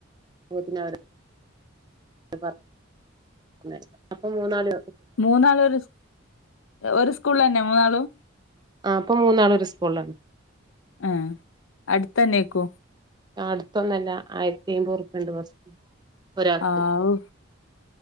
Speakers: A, on the right; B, on the left.
A: <unintelligible> <unintelligible> അങ്ങനെ അപ്പം മൂന്നാല്
B: മൂന്നാളും ഒരു സ് ഒരു സ്കൂളിലന്നെ മൂന്നാളും
A: ആഹ് ഇപ്പൊ മൂന്നാളും ഒരു സ്കൂളിലാണ്
B: ആഹ് അടുത്തന്നെയിക്കു
A: അടുത്തൊന്നല്ല ആയിരത്തി എമ്പത് റുപ്പിയണ്ട് ബസ് ഒരാക്ക്
B: ആവൂ